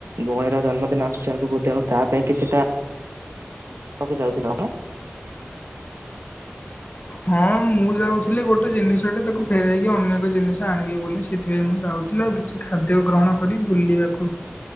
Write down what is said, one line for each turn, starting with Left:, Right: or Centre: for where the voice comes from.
Right: ଭଉଣୀର ଜନ୍ମଦିନ ଆସୁଛି ଆଗକୁ ତେଣୁ ତା ପାଇଁ କିଛିଟା <unintelligible>
Left: ହଁ ମୁଁ ଯାଉଥିଲି ଗୋଟେ ଜିନିଷଟେ ତାକୁ ଫେରଇକି ଅନ୍ୟ ଏକ ଜିନିଷ ଆଣିବି ବୋଲି ସେଥିପାଇଁ ମୁଁ ଯାଉି ଥିଲା ଆଉ କିଛି ଖାଦ୍ୟ ଗ୍ରହଣ କରି ବୁଲିବାକୁ